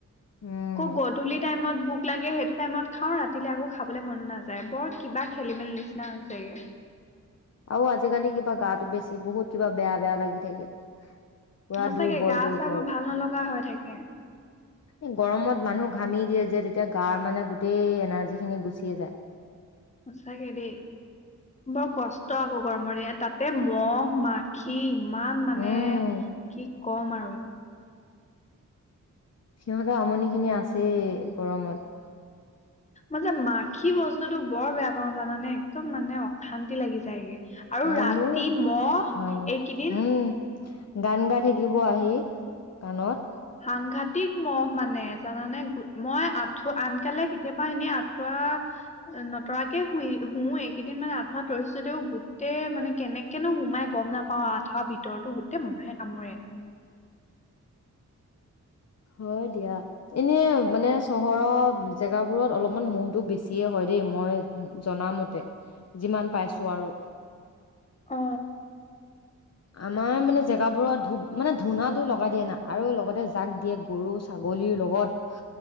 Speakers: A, on the left; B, on the left.
A: উম
B: খুব গধূলি টাইমত ভোক লাগে সেইটো টাইমত খাওঁ ৰাতিলেলৈ আকৌ খাবলৈ মন নাযায় বৰ কিবা খেলি‍ মেলি নিচিনা হৈছেগে
A: আৰু আজিকালি কিবা গাটো বেছি বহুত কিবা বেয়া বেয়া লাগি থাকে পুৰা
B: সচাকে
A: দুৰ্বল
B: গা
A: দুৰ্বল
B: চা বোৰ ভাল নলগা হৈ থাকে <inaudible>
A: এই গৰমত মানুহ ঘামি দিয়ে যে তেতিয়া গাৰ মানে গোটেই এনাৰ্জি খিনি গুচিয়ে যায়
B: সচাকে দেই বৰ কষ্ট আকৌ গৰমৰ দ তাতে মহ মাখি ইমান মানে
A: উম
B: কি কম আৰু
A: সিহঁতেৰ আমনি খিনি আছেই গৰমত
B: মই যে মাখি বস্তুতটো বৰ বেয়া পাও জানানে একদম মানে অশান্তি লাগি যায়গে আৰু
A: উম
B: ৰাতি
A: মোৰ
B: মহ
A: ভাল নাপাওঁ
B: এইকেইদিন
A: উম গান গাই থাকিব আহি কাণত
B: সাংঘাতিক মহ মানে জানানে মই আঠুৱা আনকালে কেতিয়াবা এনেই আঁঠুৱা নতৰাকে শুই শু এইকেইদিন মানে আঠুৱা তৰিছো দেও গোটেই মানে কেনেকেনো সোমাই গম নাপাও আঠুৱা ভিতৰতো গোটেই মহে কামোৰে
A: হয় দিয়া এনেই মানে চহৰৰ জেগাবোৰত অলপমান মহটো বেছিয়ে হয় দেই মই জনামতে যিমান পাইছো আৰু
B: অ
A: আমাৰ মানে জেগাবোৰত ধু মানে ধূনাতটো লগাই দিয়ে না আৰু লগতে জাক দিয়ে গৰু ছাগলীৰ লগত